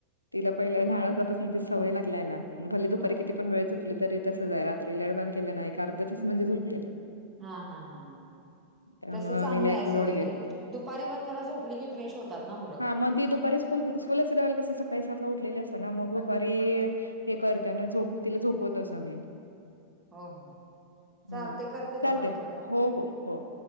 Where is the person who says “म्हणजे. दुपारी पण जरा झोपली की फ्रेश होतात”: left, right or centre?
Right